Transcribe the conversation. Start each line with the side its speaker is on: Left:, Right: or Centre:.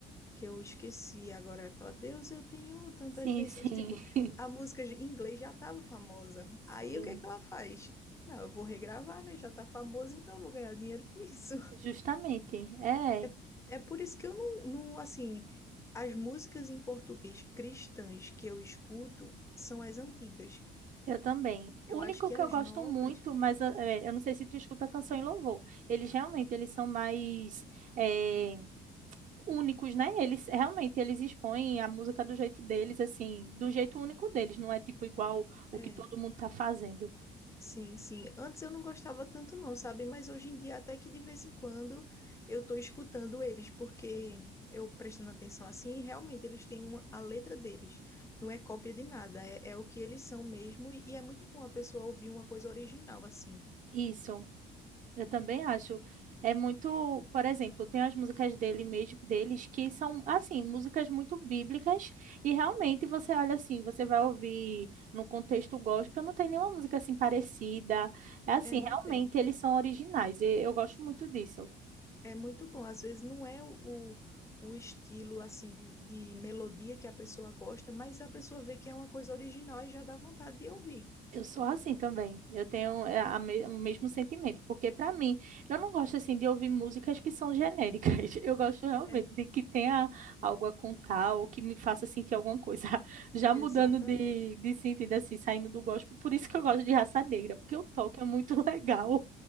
Left: que eu esqueci agora, aquela Deus, eu tenho tantas
Right: Sim,
Left: bênçãos.
Right: sim.
Left: Tipo,
Right: <laughs>
Left: a música de- em inglês já estava famosa. Aí
Right: Sim.
Left: o que é que ela faz? Não, eu vou regravar, né? Já tá famosa, então eu vou ganhar dinheiro com isso. <laughs>
Right: Justamente, é,
Left: É, é por isso que eu não, não, assim, as músicas em português cristãs que eu escuto são as antigas.
Right: eu também.
Left: Eu
Right: O único
Left: acho que
Right: que
Left: as
Right: eu gosto
Left: novas.
Right: muito, mas ah, eh, eu não sei se tu escuta canção e louvor. Eles realmente, eles são mais eh, únicos, né? Eles realmente, eles expõem a música do jeito deles, assim, do jeito único deles, não é tipo igual o
Left: é,
Right: que todo mundo tá fazendo.
Left: Sim, sim. Antes eu não gostava tanto não, sabe? Mas hoje em dia até que de vez em quando eu tô escutando eles, porque eu prestando atenção assim, realmente eles têm uma, a letra deles. Não é cópia de nada, é, é o que eles são mesmo e, e é muito bom a pessoa ouvir uma coisa original assim.
Right: Isso. Eu também acho. É muito, por exemplo, tem as músicas dele mesmo, deles que são assim, músicas muito bíblicas e realmente você olha assim, você vai ouvir no contexto gospel, não tem nenhuma música assim parecida. É assim,
Left: É, não
Right: realmente
Left: tem.
Right: eles são originais e eu gosto muito disso.
Left: É muito bom. Às vezes não é o, o, o estilo assim de, de melodia que a pessoa gosta, mas a pessoa vê que é uma coisa original e já dá vontade de ouvir.
Right: Eu sou assim também. Eu tenho é, a me- o mesmo sentimento, porque para mim, eu não gosto assim de ouvir músicas que são genéricas. <laughs> Eu gosto realmente
Left: É,
Right: de que tenha algo a contar ou que me faça sentir alguma coisa. <laughs> Já
Left: exatamente.
Right: mudando de, de sentido assim, saindo do gospel, por isso que eu gosto de Raça Negra, porque o toque é muito <laughs> legal.